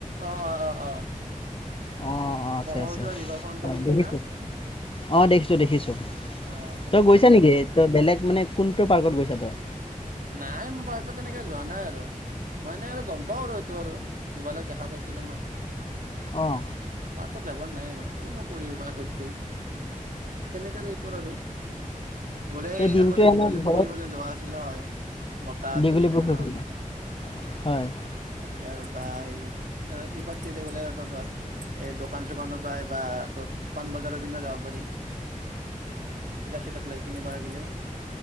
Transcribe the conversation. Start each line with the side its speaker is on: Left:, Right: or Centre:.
Right: অ অ অ অ।
Left: অ অ আছে
Right: ব্ৰহ্মপুত্ৰ
Left: আছে,
Right: ৰিভাৰ ফ্ৰণ্টৰ নিচিনা
Left: দেখিছো আহ দেখিছো দেখিছো।
Right: অ তেনেকা
Left: তই গৈছা নেকি? তই বেলেগ মানে কোনটো পাৰ্কত গৈছা তই?
Right: নাই মোৰ পাৰ্কত এনেকে যোৱা নাই আৰু, মই এনে আৰু গম পাওঁ আৰু এইটো আৰু। মোবাইলত দেখা পাইছিলা ন,
Left: অঁ
Right: পাৰ্কত যাব নাই আৰু। কি নকৰিবি পাৰ্কত গৈ। কেনেকা টাইপৰ আৰু, গলেই
Left: তই দিনটো
Right: আগতে
Left: এনেই
Right: দীঘলীপুখুৰী
Left: ঘৰত
Right: ফালে যোৱা আছিলে হয়। বতাহটো
Left: দীঘলী
Right: দি থাকে
Left: পুখুৰী
Right: ন?
Left: ফালে হয়
Right: তাকে আৰু বা <unintelligible> এই দোকান চোকানৰ পৰা বা তোৰ পাণবজাৰৰ পিনে যাব পাৰি। কিতাপ -চিতাপ লাগি কিনিব লাগিলে।